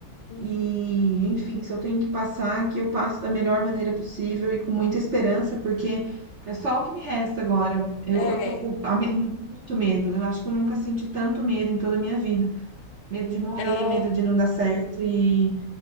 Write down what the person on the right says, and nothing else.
E, enfim, se eu tenho que passar, que eu passo da melhor maneira possível e com muita esperança, porque é só o que me resta agora. Eu,
eu tô com, a me- com muito medo. Eu acho que eu nunca senti tanto medo em toda a minha vida. Medo de morrer,
medo de não dar certo, e,